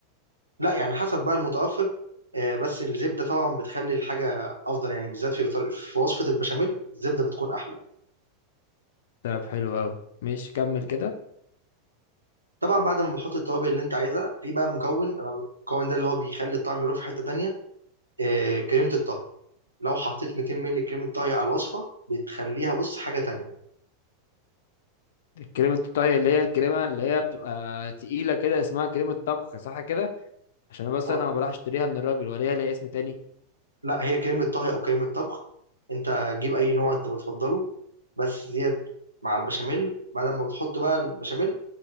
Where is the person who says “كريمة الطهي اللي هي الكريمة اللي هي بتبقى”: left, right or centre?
Left